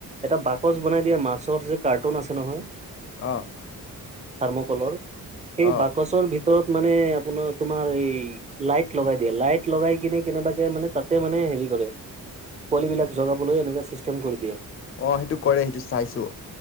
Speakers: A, on the right; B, on the left.
A: এটা বাকচ বনাই দিয়ে মাছৰ যে কাৰ্টুন আছে নহয়।
B: অঁ',
A: থাৰ্মকলৰ সেই
B: অ
A: বাকচৰ ভিতৰত মানে আপোনাৰ তোমাৰ এই লাইট লগাই দিয়ে লাইট লগাই কিনে কেনেবাকে মানে তাতে মানে হেৰি কৰে পোৱলিবিলাক জগাবলৈ এনেকে চিষ্টেম কৰি দিয়ে।
B: অ' সেইটো কৰে সেইটো চাইছো